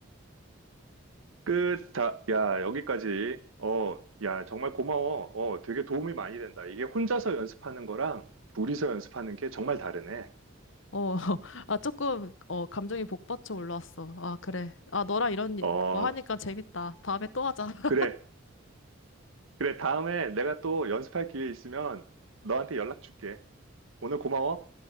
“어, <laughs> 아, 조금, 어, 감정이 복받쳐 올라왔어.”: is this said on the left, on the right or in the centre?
Left